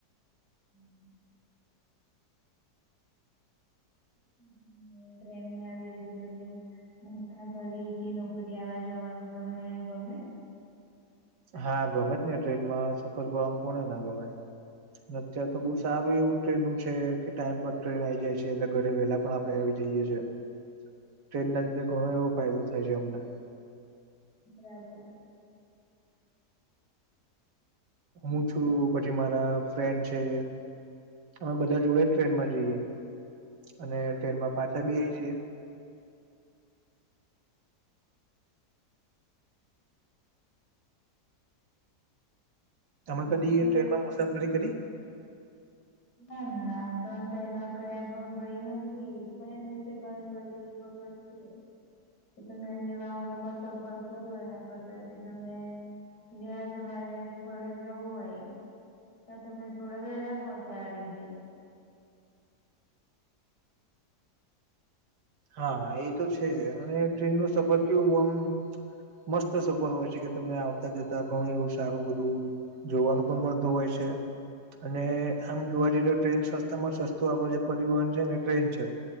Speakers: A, on the left; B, on the right.
A: <inaudible> <unintelligible> આવી રીતે બધે મુસાા ફરી કે નોકરી આવવા જવાનું તમને ગમે
B: હા ગમે ને ટ્રેનમાં સફર કરવાનું કોણને ગમે અત્યારે તો બઉ સારું એવું ટ્રેન નું છે કે ટાઈમ પર ટ્રેન આ આવી જાય છે એટલે ઘરે વેહેલા પણ આપ આપડ આવી જઈએ છ છેએ ટ્રેન ના લીધે ઘણો એવો ફાયદો થાય છે અમને.
A: બરાબર
B: હું છું પછી મારા ફ્રેન્ડ છે. હવે બધા જોડે જ ટ્રેનમાં જઈએ અને ટ્રેન માં પાછા બી આવી જઈએ. તમે
A: બીજા
B: કદી ટ્રેનમાં
A: શું?
B: મુસાફરી કરી.
A: ના ના હું પણ એ ક ગઈ નથી પણ એમ બધીવીબર <unintelligible> કે તમે અન્ય વાહનોમાં સફર કરો એના કરતા કે તમને જ્યાં તમારે થોડે જવું હોય. ત્યાં તમને થોડા વહેલા પહોંચાડી દે
B: હા એ તો છે અને ટ્રેન નો સફર કેવું આમ મસ્ત સફર હોય છે કે તમે આવતા જતા ઘણું એવું સારું બધું. જોવાનું પણ મળતું હોય છે. અને આમ જોવા જઇએ ને ટ્રેન સસ્તા માં સસ્તું આપો છે પરિવહન છે ને ટ્રેન છે.